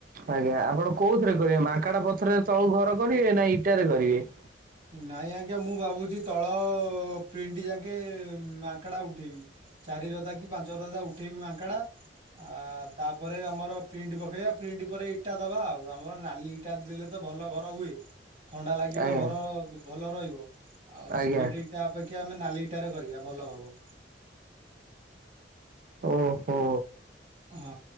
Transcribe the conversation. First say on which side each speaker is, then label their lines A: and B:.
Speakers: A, on the right (about 50°); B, on the right (about 30°).
A: ଆଜ୍ଞା ଆପଣ କୋଉଁଥିରେ କରିବେ ମାଙ୍କଡା ପଥରରେ ତଳୁ ଘର କରିବେ ନାଁ ଇଟାରେ କରିବେ।
B: ନାଇଁ ଆଜ୍ଞା ମୁଁ ଭାବୁଛି ତଳ ପ୍ରିଣ୍ଟ ଯାକେ ମାଙ୍କଡା ଉଠେଇବି। ଚାରି ରଦା କି ପାଞ୍ଚ ରଦା ଉଠେଇବି ମାଙ୍କଡା ଆ ତାପରେ ଆମର ପ୍ରିଣ୍ଟ ପକେଇବା ପ୍ରିଣ୍ଟ ପରେ ଇଟା ଦବା ଆଉ ଆମର ନାଲି ଇ ଇଟା ଦେଇଦେଲେ ତ ଭଲ ଘର ହୁଏ। ଥଣ୍ଡା ଲାଗିବ
A: ଆଜ୍ଞା
B: ଘର ଭଲ ରହିବ ଆଉ
A: ଆଜ୍ଞା
B: ସିମେଣ୍ଟ ଇ ଇଟା ଅପେକ୍ଷା ଆମେ ନାଲି ଇଟାରେ କରିବା ଭଲ ହବ।
A: ଓଁ ହୋ।
B: ହଁ